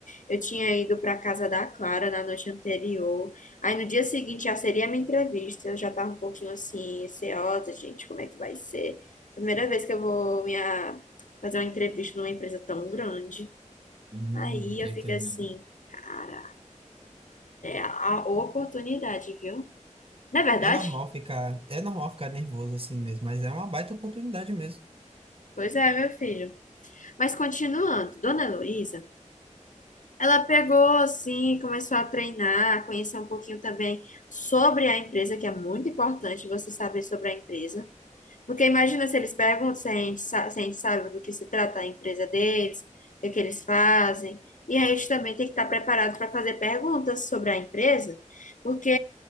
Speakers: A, on the left (about 75°); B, on the right (about 45°).
A: Eu tinha ido para a casa da Clara na noite anterior. Aí no dia seguinte já seria a minha entrevista. Eu já estava um pouquinho assim, receosa, gente, como é que vai ser? Primeira vez que eu vou minha... fazer uma entrevista numa empresa tão grande.
B: Hum,
A: Aí
B: tô
A: eu
B: entendendo.
A: fico assim, cara, é a a oportunidade, viu? Não é verdade?
B: É normal ficar, é normal ficar nervoso assim mesmo, mas é uma baita oportunidade mesmo.
A: Pois é, meu filho. Mas continuando, Dona Heloísa, ela pegou assim, começou a treinar, conhecer um pouquinho também sobre a empresa, que é muito importante você saber sobre a empresa. Porque imagina se eles perguntam se a gente, sa- se a gente sabe do que se trata a empresa deles, o que, que eles fazem. E aí a gente também tem que estar preparado para fazer perguntas sobre a empresa, porque